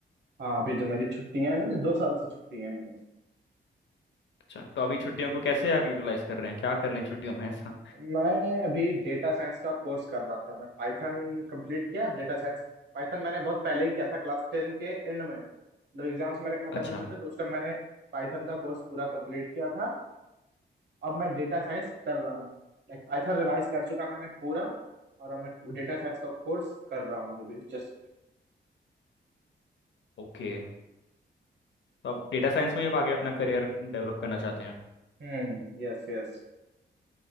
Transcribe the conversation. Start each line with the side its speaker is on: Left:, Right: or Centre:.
Right: हाँ अभी तो मेरी छुट्टियां हैं मेरी दो साल से छुट्टियां ही हैं
Left: अच्छा तो अभी छुट्टियों को कैसे आप यूटिलाइज कर रहे हैं क्या कर रहे हैं छुट्टियों में ऐसा
Right: मैं अभी डेटा साइंस का कोर्स कर रहा था मैं पाइथन कंप्लीट किया डेटा साइंस पाइथन मैंने बहुत पहले ही किया था क्लास टेन के एंड में मतलब एग्जाम्स मेरे खत्म
Left: अच्छा
Right: हुए थे तो उस टाइम मैंने पाइथन का कोर्स पूरा कंप्लीट किया था अब मैं डेटा साइंस कर रहा हूँ लाइक पाइथन रिवाइज कर चुका मैंने पूरा और अब मैं डेटा साइंस का कोर्स कर रहा हूँ अभी just
Left: ओके तो आप डेटा साइंस में ही अब आगे अपना करियर डेवलप करना चाहते हैं
Right: Hmm yes yes